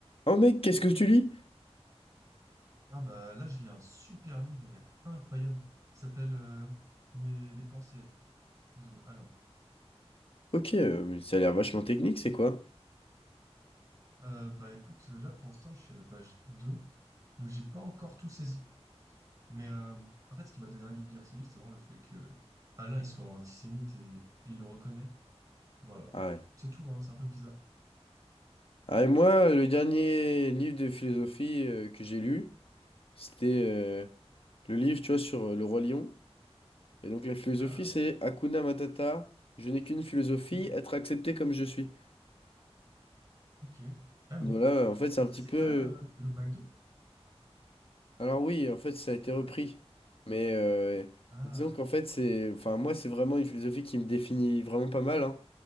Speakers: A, on the left; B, on the right.
A: Oh mec, qu'est-ce que tu lis?
B: Ah bah là, je lis un super livre, il est incroyable. Il s'appelle euh, Mes les pensées de Alain.
A: Ok, euh, mais ça a l'air vachement technique, c'est quoi?
B: Euh, bah écoute, là pour l'instant, je suis à la page 2 donc j'ai pas encore tout saisi. Mais euh, en fait, ce qui m'a donné envie de lire ce livre, c'est vraiment le fait que Alain il soit antisémite et, et il le reconnaît. Voilà.
A: Ah ouais.
B: C'est tout, hein, c'est un peu bizarre.
A: Ah et moi, le dernier livre de philosophie euh, que j'ai lu, c'était euh, le livre, tu vois, sur euh, le roi lion. Et donc la philosophie,
B: Ah,
A: c'est Hakuna Matata, je n'ai qu'une philosophie,
B: hmm,
A: être accepté comme je suis.
B: ok. Ah
A: Voilà,
B: oui.
A: en fait, c'est
B: Mais
A: un
B: ça,
A: petit
B: c'est
A: peu...
B: pas euh, le McDo?
A: Alors oui, en fait, ça a été repris.
B: Euh,
A: Mais euh,
B: ah.
A: disons qu'en fait, c'est... Enfin, moi, c'est vraiment une philosophie qui me définit vraiment pas mal, hein.